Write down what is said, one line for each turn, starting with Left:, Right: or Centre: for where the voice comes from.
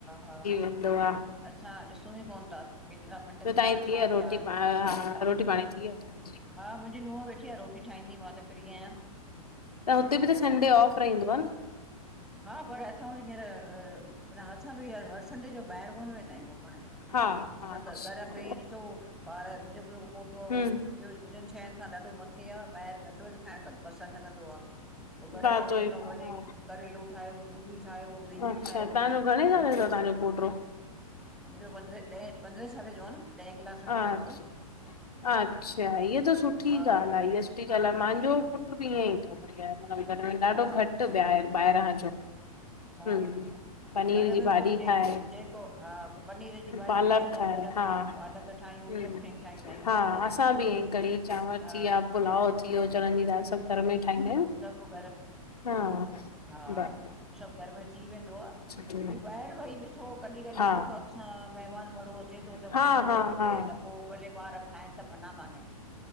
Centre: हा हा।
Left: हंदो आ
Centre: असाँ ॾिसूं ई कोन था। केतिरा मिंट
Left: ब्यो
Centre: थिया
Left: तांजी थी
Centre: छा
Left: व्यव, रोटी
Centre: थिया
Left: प प् हा रोटी पाणी थिव्युओ।
Centre: हा, मुंहिंजी नुंहुं वेठी आ रोटी ठाहींदी, मां त फ्री आहियां।
Left: त हुते बि त संडे ऑफ रहंदो आ न?
Centre: हा पर असां वटि हींअर माना असां बि हर संडे जो ॿाहिरि कोन वेंदा आहियूं घुमण।
Left: हा हा
Centre: असां
Left: अच्छा
Centre: घर में ॾिसो ॿार मुंहिंजो जेको पोटो आ
Left: हम्म
Centre: उहो इहो इननि शयुनि खां ॾाढो मथे आ ॿाहिरि घटि वधि खाइणु पसंदि कंदो आ। पो घरे
Left: हा
Centre: मे इ
Left: तो ई
Centre: चवंदो
Left: हा
Centre: भले करेलो ठाहियो, तूरी ठाहियो, भींडी
Left: अच्छा
Centre: ठाहियो
Left: तव्हांजो घणे
Centre: हुनजो
Left: साले जो आ तव्हांजो
Centre: शौक़
Left: पोटो?
Centre: मुंहिंजो पंद्रहें ॾहें पंद्रहें साल जो न ॾहें क्लास में
Left: अच्छा
Centre: पढ़ंदो हो।
Left: अच्छा हीअ त सुठी
Centre: हा
Left: ॻाल्हि आ इहा सुठी ॻाल्हि आ मुंहिंजो पुटृ बि ईअं ई बढ़िया घर में
Centre: हा
Left: ॾाढो घटि ॿाहिरि ॿाहिरां जो
Centre: हा
Left: हम्म
Centre: हा
Left: पनीर
Centre: घर
Left: जी
Centre: में
Left: भाॼी
Centre: बि हुजेस
Left: खाए
Centre: जेको हा पो पनीर जी भाॼी
Left: पालक
Centre: ठाहींदा
Left: खाए
Centre: आहियूं घर
Left: हा
Centre: में पालक ठाहियूं
Left: हम्म
Centre: सभु शयूं ठाहींदा आहियूं घर
Left: असां
Centre: में
Left: बि इयइ कढ़ी चांवर थी
Centre: हा
Left: चिया पुलाव थी वियो चणनि जी दाल सभ घर में ठाहंदा आहियूं।
Centre: सब घर
Left: हा।
Centre: हा
Left: बर
Centre: सभ घर में थी वेंदो आ
Left: सुठी
Centre: भई ॿाहिर भई ॾिसो। कॾहिं कॾहिं
Left: हा
Centre: इतिफ़ाक़ सां मेहमान माड़ु अचे थो त
Left: हा
Centre: वञिणो
Left: हा
Centre: तो पए
Left: हा
Centre: त। पो भले ॿार खाइन त मना कान्हे।